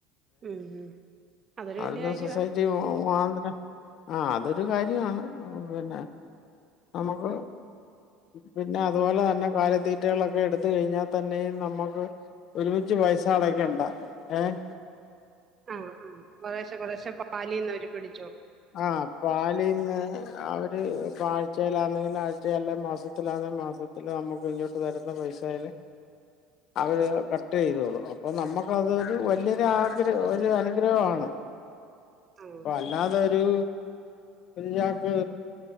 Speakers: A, on the right; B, on the left.
A: ഉം അതൊരു
B: അവിടുന്ന്‌
A: വല്യ കാര്യവാ
B: സൊസൈറ്റി പോ വാൻ തന്നെ ആ അതൊരു കാര്യമാണ് പിന്നെ നമുക്ക് പിന്നെ അതുപോലെ തന്നെ കാലിത്തീറ്റകളൊ ക്കേ എടുത്ത് കഴിഞ്ഞാൽ തന്നെയും നമ്മുക്ക് ഒരുമിച്ച് പൈസ അടക്കണ്ട ഏഹ്
A: ആ ആ കുറെശെ കുറേശെ പാലിന്ന് അവര് പിടി
B: ആ പാലിന്ന് അവര് പാ ഉഴച്ചയിലാണെങ്കും ആഴ്ച്ച അല്ലെ മാസത്തിലാണെ മാസത്തില് നമുക്ക് ഇങ്ങോട്ട് തരുന്ന പൈസല് അവര് കട്ട് ചെയ്തോളു അപ്പൊ നമ്മുക്ക അത്ൊരു വല്ിയൊരു ആഗ്രഹ ഒരു അനുഗ്രഹമാണ്
A: ആ
B: അപ്പൊ അല്ലാതെ ഒരു ചക്ക്